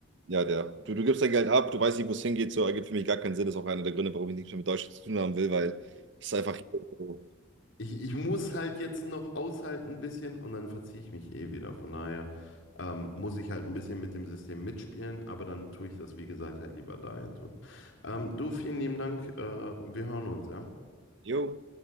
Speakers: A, on the right; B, on the left.
A: ja, der, du, du gibst dein Geld ab, du weißt nicht, wo es hingeht, so ergibt für mich gar keinen Sinn. Das ist auch einer der Gründe, warum ich nichts mehr mit Deutschland zu tun haben will, weil es ist einfach, so,
B: Ich, ich muss halt jetzt noch aushalten ein bisschen und dann verziehe ich mich eh wieder. Von daher ähm, muss ich halt ein bisschen mit dem System mitspielen, aber dann tue ich das, wie gesagt, halt lieber dahin tun. Ähm, du, vielen lieben Dank. Äh, wir hören uns, ja?
A: jo,